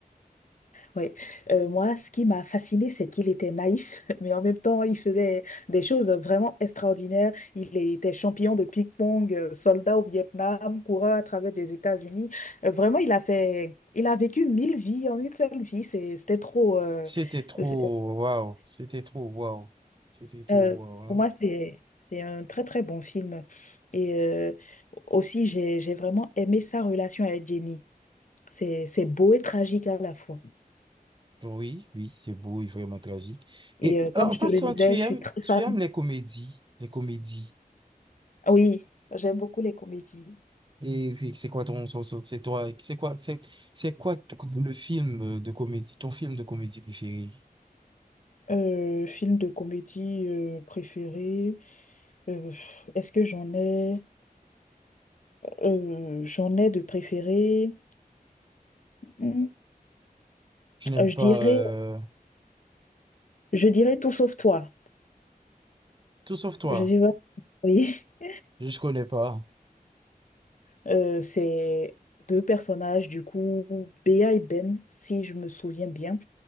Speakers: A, on the left; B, on the right.
A: Oui, Euh, moi, ce qui m'a fasciné, c'est qu'il était naïf, <laughs> mais en même temps, il faisait des choses vraiment extraordinaires. Il était champion de ping-pong, euh, soldat au Vietnam, coureur à travers des États-Unis. Euh, vraiment, il a fait, il a vécu mille vies en une seule vie. C'est- C'était trop. euh,
B: C'était trop
A: c'est-
B: waouh, c'était trop waouh, c'était trop
A: euh,
B: waouh. hein.
A: pour moi, c'est c'est un très très bon film. Et euh, aussi, j'ai j'ai vraiment aimé sa relation avec Jenny. C'est c'est beau et tragique à la fois.
B: Oui, oui, c'est beau et vraiment tragique.
A: Et
B: Et
A: euh, comme
B: en en
A: je
B: passant,
A: te le disais,
B: tu aimes,
A: je suis très
B: tu
A: fan
B: aimes les comédies, les comédies.
A: Ah Oui, j'aime beaucoup les comédies.
B: Et c'est c'est quoi ton, son- son- c'est toi, c'est quoi, c'est, c'est quoi t- le film de comédie, ton film de comédie préféré?
A: Euh, film de comédie euh, préféré. euh, est-ce que j'en ai? Euh, j'en ai de préféré. Hmm,
B: Tu n'aimes
A: euh, je
B: pas
A: dirais,
B: euh,
A: je dirais Tout sauf toi.
B: Tout sauf toi.
A: Je sais pas. Oui. <laughs>
B: Je connais pas.
A: Euh, c'est deux personnages, du coup, Béa et Ben, si je me souviens bien.